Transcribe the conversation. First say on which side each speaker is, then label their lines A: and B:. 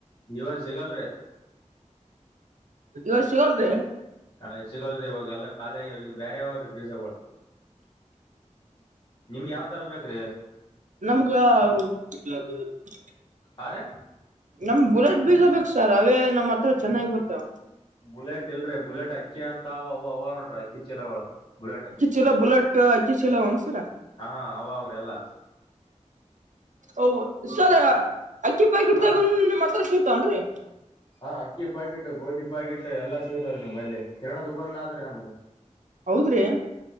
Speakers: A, on the left; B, on the right.
A: ಇವಾಗ ಸಿಗಲ್ರರಿ.
B: ಇವತ್ತ ಸಿಗೋಲ್ರಿ
A: ಆ ಸಿಗಲ್ರರಿ ಇವಾಗ ಎಲ್ಲಾ ಖಾಲಿ ಅಗ್ಯಾವ್ ಬ್ಯಾರೆ ಯವರ ಬೀಜಗಳ <inaudible> ನಿಮ್ಗೆ ಯಾವ್ ತರ ಬೇಕ್ರಿ
B: ನಮ್ಗೆ <unintelligible>
A: ಹಾರಿ
B: ನಮ್ ಬುಲೆಟ್ ಬೀಜ ಬೇಕ ಸರ್ ಅವೇ ನಮ್ ಹತ್ರ ಚೆನ್ನಾಗಿ ಬರ್ತಾವ
A: ಬುಲೆಟ್ ಇಲ್ರರಿ ಬುಲೆಟ್ ಅಕ್ಕಿ ಅಂತ ಅವ ಅವು ಅವ ನೋಡ್ರಿ ಅಕ್ಕಿ ಚೀಲಗಳ ಬುಲೆಟ್
B: ಚೊಲೋ ಬುಲೆಟ್ ಅಕ್ಕಿ ಚೀಲವ ಸರ
A: ಹಾ ಅವ ಅವ್ರಿ ಎಲ್ಲಾ
B: ಓ ಸರಿ ಅಕ್ಕಿ ಪಾಕಿಟ
A: ಹಾ ರೀ.
B: ಗಂದು ನಿಮ್ಮ್ಹತ್ರ ಸಿಗ್ತಾವನ್ರರಿ
A: ಹಾ ಅಕ್ಕಿ ಪಾಕೆಟ್ ಗೋಧಿ ಪಾಕೆಟ್ ಎಲ್ಲಾ ಸಿಗತವ್ರೀ ನಮ್ಲ್ಲಿ ಕಿರಣಾಣ ದುಕಾನ್ ಆದ್ರೆ ನಮ್ದ
B: ಹೌದ್ರಿ <unintelligible>